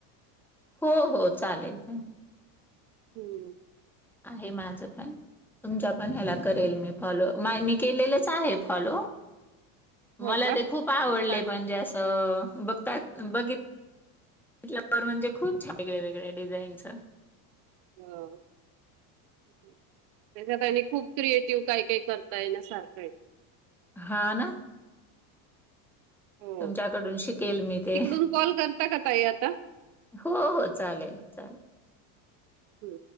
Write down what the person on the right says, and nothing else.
हम्म.
हां.
हो
का?
हां चालेल.
हम. त्याच्यात आणि खूप क्रिएटिव्ह काही काही करता येण्यासारखं आहे.
हो.
तिकडून कॉल करता का ताई आता?
हं.